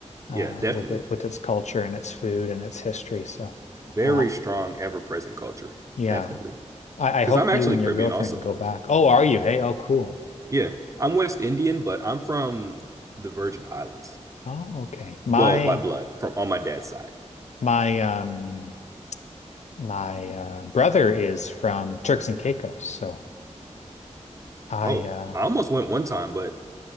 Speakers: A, on the left (about 70°); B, on the right (about 25°).
A: Uh,
B: Yeah, definitely.
A: with it with its culture and its food and its history. So,
B: Very
A: uh,
B: strong, ever-present culture.
A: yeah.
B: Definitely.
A: I,
B: Because
A: I hope
B: I'm actually
A: you and
B: Caribbean
A: your girlfriend
B: also.
A: can go back. Oh, are you? Hey, oh, cool.
B: Yeah, I'm West Indian, but I'm from the Virgin Islands.
A: Oh, okay. My
B: Well, by blood, from on my dad's side.
A: my um my uh, brother is from Turks and Caicos, so I
B: Oh,
A: uh,
B: I almost went one time, but